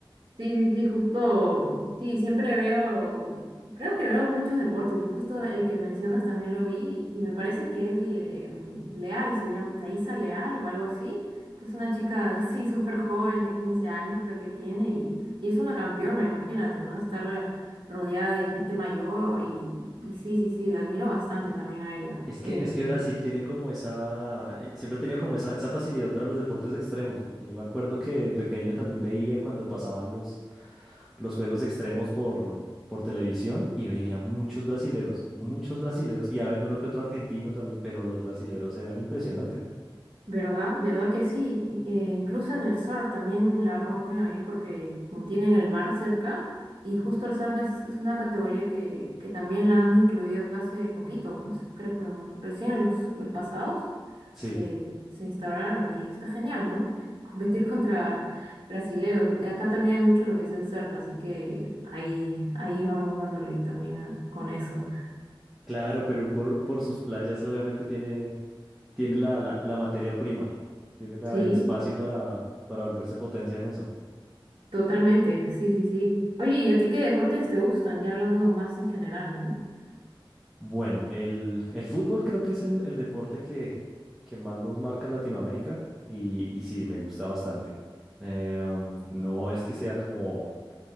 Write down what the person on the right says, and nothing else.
Sí, sí, sí, justo, sí, siempre veo, creo que veo muchos deportes y justo el que mencionas también lo vi y me parece que es Le- em, Leal, se llama Thaisa Leal o algo así, que es una chica, <laughs> sí, súper joven de 15 años creo que tiene y, y es una campeona, imagínate, ¿no? Estar rodeada de gente mayor y, y sí, sí, sí, la admiro bastante también a ella.
em,
¿Verdad? ¿Verdad que sí? Eh, incluso en el surf también la rompen ahí porque como tienen el mar cerca y justo el surf es, es una categoría que, que también la han incluido hace poquito, hace- creo que recién en los, los pasados
se, se instauraron y está genial, ¿no? <laughs> Competir contra brasileros. Acá también hay mucho lo que es el surf, así que ahí, ahí vamos dándole también a- con eso.
Sí.
Totalmente, sí, sí, sí. Oye, ¿y a ti qué deportes te gustan? Ya hablando más en general, ¿no? <laughs>